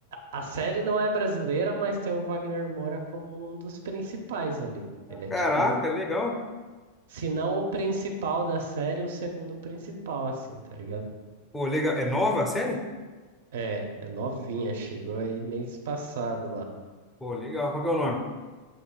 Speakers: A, on the right (about 75°); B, in the centre.
A: a série não é brasileira, mas tem o Wagner Moura como um dos principais ali. Ele é
B: Caraca,
A: tipo,
B: legal.
A: se não o principal da série, o segundo principal, assim, tá ligado?
B: Pô, legal. É nova a série?
A: É, é novinha, chegou aí mês passado lá.
B: Pô, legal. Qual que é o nome?